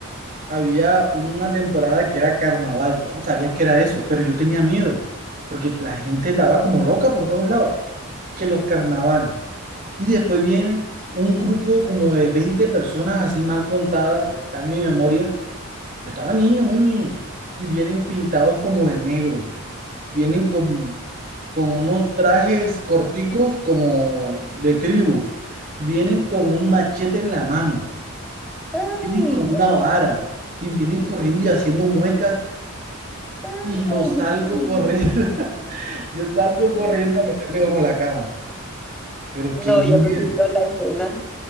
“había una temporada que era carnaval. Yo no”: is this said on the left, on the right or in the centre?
Right